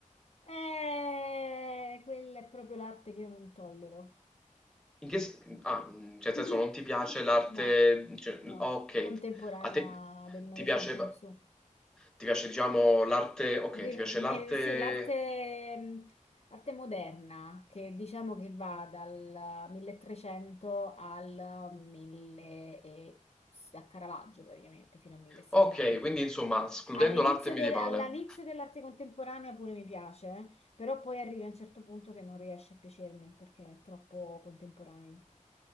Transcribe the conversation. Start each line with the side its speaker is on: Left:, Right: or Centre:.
Left: eh, quella è proprio l'arte che io non tollero.
Centre: In che s- ah, mh, cioè, nel
Left: <laughs>
Centre: senso, non ti piace l'arte,
Left: No,
Centre: cioè,
Left: no,
Centre: ok,
Left: contemporanea
Centre: a te
Left: del Novecento
Centre: ti piace,
Left: in su.
Centre: ti piace, diciamo, l'arte, ok,
Left: Ri-
Centre: ti piace
Left: me-
Centre: l'arte,
Left: Sì, l'arte mh, arte moderna, che diciamo che va dal 1300 al 1000 e, a Caravaggio praticamente, fino al 1600.
Centre: ok, quindi insomma, escludendo
Left: All'inizio
Centre: l'arte medievale.
Left: de- all'inizio dell'arte contemporanea pure mi piace, però poi arrivi a un certo punto che non riesce a piacermi perché è troppo contemporanea.